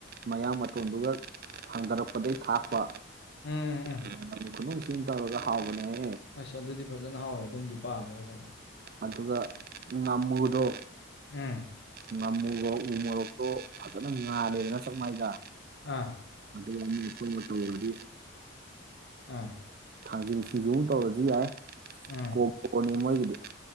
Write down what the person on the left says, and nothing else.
ꯎꯝ ꯎꯝ
ꯑꯁꯆꯥ ꯑꯗꯨꯗꯤ ꯐ ꯐꯖꯅ ꯍꯥꯎꯋꯦ ꯑꯗꯨꯝꯗꯤ ꯄꯥꯝꯃꯦ ꯐꯖꯅ
ꯎꯝ
ꯑꯥ
ꯑ
ꯎꯝ